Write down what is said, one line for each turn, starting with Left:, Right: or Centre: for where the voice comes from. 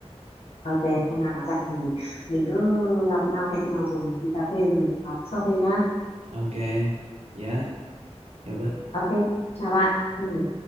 Left: ok hôm nào mà rảnh thì mình cứ gặp nhau hẹn nhau rồi mình đi cà phê rồi mình cũng nói sâu thêm nhá
Right: ok dạ chào Bích
Left: Ok, chào bạn. Ừ.